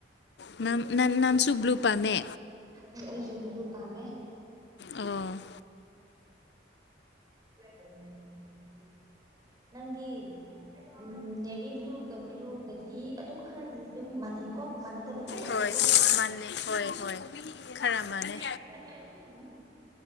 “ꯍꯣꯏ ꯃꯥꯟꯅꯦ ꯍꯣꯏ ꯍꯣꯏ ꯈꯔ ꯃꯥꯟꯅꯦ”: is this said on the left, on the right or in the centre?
Left